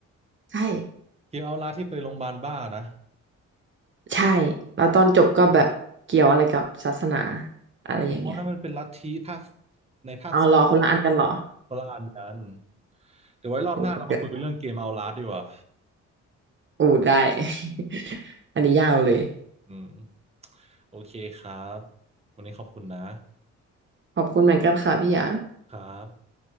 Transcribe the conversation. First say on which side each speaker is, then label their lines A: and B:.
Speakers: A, on the right; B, on the right.
A: ใช่
B: เกมเอาลาสที่เป็นโรงพยาบาลบ้านะ
A: ใช่แล้วตอนจบก็แบบเกี่ยวอะไรกับศาสนาอะไรอย่างเงี้ย
B: เอานั่นมันเป็นลัทธิภาคในภาคสอง
A: เอาเหรอคนละอันกันเหรอ
B: คนละอันกันเดี๋ยวไว้รอบหน้าเรามาคุยเรื่องเกมเอาลาสดีกว่า
A: <laughs> โอ้เดี๋ยวโอ้ได้ <laughs> อันนี้ยาวเลย
B: อืมโอเคครับวันนี้ขอบคุณนะ
A: ขอบคุณเหมือนกันค่ะพี่หยาง
B: ครับ